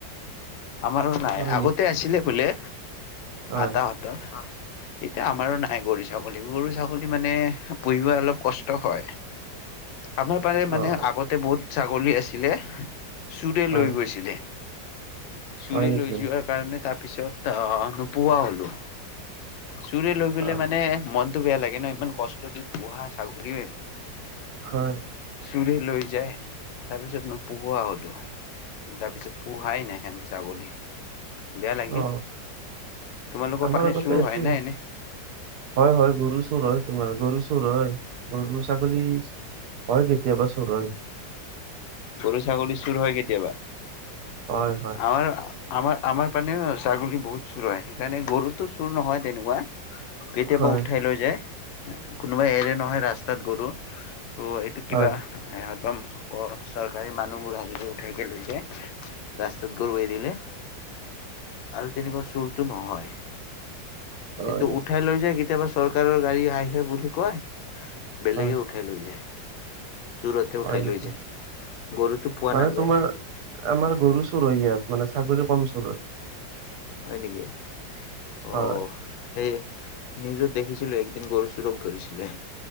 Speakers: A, on the left; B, on the right.
A: আমাৰো নাই
B: হয়
A: আগতে
B: নেকি
A: আছিলে বোলে।
B: হয়
A: আতাহতৰ এতিয়া আমাৰো নাই গৰু ছাগলী, গৰু ছাগলী মানে পুহিব অলপ কষ্ট হয়। আমাৰ পাৰে <unintelligible> মানে
B: অ অ
A: আগতে বহুত ছাগলী আছিলে। চুৰে
B: হয়
A: লৈ গৈছিলে। চুৰে
B: হয় নেকি
A: লৈ যোৱাৰ কাৰণে তাৰপিছত আহ নোপোহা হলো চুৰে লৈ গলে
B: অ
A: মানে মনতটো বেয়া লাগে ন। ইমান কষ্ট দি পোহা ছাগলী
B: হয়
A: চুৰে লৈ যায় তাৰপিছত নোপোহোৱা হলো। তাৰপিছত পুহাই নাই আমি ছাগলী বেয়া লাগিল
B: অ
A: তোমালোকৰ
B: আমাৰ
A: পানী
B: আগতে
A: চুৰ
B: আছিল
A: হয় নাই এনেই
B: হয়, হয় গৰু চুৰ হয় তোমাৰ গৰু চুৰ হয় গৰু ছাগলী হয় কেতিয়াবা চুৰ হয়
A: গৰু ছাগলী চুৰ হয় কেতিয়াবা
B: হয় হয়
A: আমাৰ, আমাৰ আমাৰ পেনে ছাগলী বহুত চুৰ হয় সেইকাৰণে গৰুতো চুৰ নহয় তেনেকুৱা কেতিয়াবা
B: হয়
A: উঠাই লৈ যায়। কোনোবাই এৰে নহয় ৰাস্তাত গৰু ত এইটো কিবাহদম
B: হয়
A: অক চৰকাৰী মানুহবোৰ আহিলে উঠাইকে লৈ যায় ৰাস্তাত গৰু এৰিলে। আৰু তেনেকুৱা চুৰতটো নহয়।
B: হয়
A: এইটো
B: হয়
A: উঠাই লৈ যায় কেতিয়াবা চৰকাৰৰ গাড়ী আহে বুলি কয় বেলেগে
B: হয়
A: উঠাই লৈ যায়। সুৰতে
B: হয়
A: উঠাই‌
B: নেকি
A: লৈ যায়। গৰুটো পোৱা
B: মানে
A: নাযায়
B: তোমাৰ আমাৰ গৰু চুৰ হয় ইয়াত মানে চাগলি কম চুৰ হয়।
A: হয় নেকি অ,
B: হয়
A: সেই নিউজত দেখিছিলো একদিন গৰু চুৰক ধৰিছিলে।